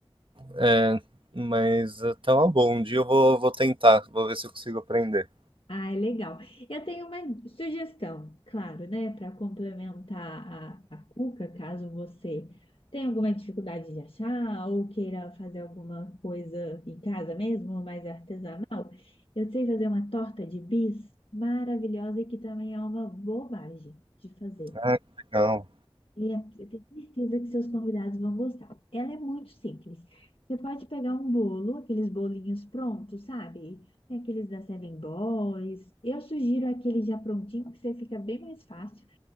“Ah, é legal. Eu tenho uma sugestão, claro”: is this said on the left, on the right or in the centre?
Left